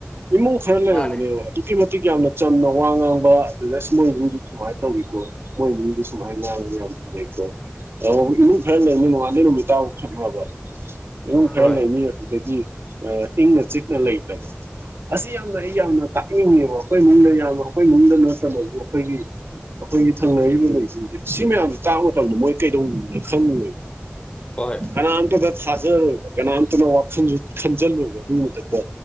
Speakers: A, on the right; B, on the left.
A: ꯏꯃꯨꯡ ꯈꯔ ꯂꯩꯔꯝꯒꯅꯦꯕ
B: ꯃꯥꯅꯦ
A: ꯑꯗꯨꯛꯀꯤ ꯃꯇꯤꯛ ꯌꯥꯝꯅ ꯆꯝꯅ ꯋꯥ ꯉꯥꯡꯕ ꯄ꯭ꯂꯁ ꯃꯣꯏ ꯏꯃꯨꯡꯗꯤ ꯁꯨꯃꯥꯏ ꯇꯧꯋꯤꯀꯣ ꯃꯣꯏꯏꯃꯨꯡꯗꯤ ꯁꯨꯨꯃꯥꯏ ꯉꯥꯡꯏ ꯌꯥꯝ ꯀꯤꯖꯕꯩ ꯏꯃꯨꯡ ꯈꯔ ꯂꯩꯅꯤ ꯅꯣꯡꯉꯥꯗꯩ ꯅꯨꯃꯤꯠ ꯇꯥꯕ ꯈꯠꯄꯕ ꯏꯃꯨꯡ ꯈꯔ
B: ꯍꯣꯏ
A: ꯂꯩꯅꯤ ꯑꯗꯨꯗꯒꯤ ꯑ ꯏꯪꯅ ꯆꯤꯛꯅ ꯂꯩꯇꯕ ꯑꯁꯤ ꯌꯥꯝꯅ ꯑꯩ ꯌꯥꯝꯅ ꯇ ꯏꯪꯉꯦꯕ ꯑꯩꯈꯣꯏ ꯏꯅꯨꯡꯗ ꯌꯥꯕ ꯑꯩꯈꯣꯏ ꯏꯅꯨꯡꯗ ꯅꯠꯇꯕꯖꯨ ꯑꯩꯈꯣꯏꯒꯤ ꯑꯩꯈꯣꯏꯒꯤ ꯊꯪꯅꯔꯤꯕ ꯂꯩꯁꯤꯡꯁꯦ ꯁꯤ ꯃꯌꯥꯝꯁꯦ ꯇꯥꯕ ꯃꯇꯝꯗ ꯃꯣꯏ ꯀꯩꯗꯧꯅꯣ ꯈꯪꯉꯦꯕ
B: ꯍꯣꯏ
A: ꯀꯅꯥꯝꯇꯗ ꯊꯥꯖꯔꯣꯏꯕ ꯀꯅꯥꯝꯇꯗ ꯋꯥꯈꯟꯖꯦ ꯈꯟꯖꯜꯂꯣꯏꯕ ꯗꯨꯃꯛꯇꯗ